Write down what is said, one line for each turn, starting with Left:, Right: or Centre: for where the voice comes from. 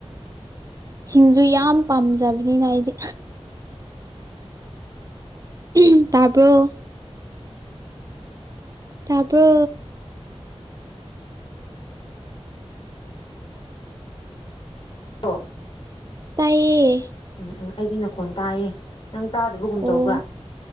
Right: ꯁꯤꯡꯖꯨ ꯌꯥꯝ ꯄꯥꯝꯖꯕꯅꯤꯅ ꯑꯩꯗꯤ ꯎꯝ ꯇꯥꯕ꯭ꯔꯣ ꯇꯥꯕ꯭ꯔꯣ
Left: <unintelligible>
Right: ꯇꯥꯏꯌꯦ
Left: ꯎꯝ ꯎꯝ ꯑꯩꯗꯤ ꯅꯈꯣꯟ ꯇꯥꯏꯌꯦ ꯅꯪ ꯇꯥꯗꯕꯒꯨꯝ
Right: ꯑꯣ
Left: ꯇꯧꯕ꯭ꯔꯥ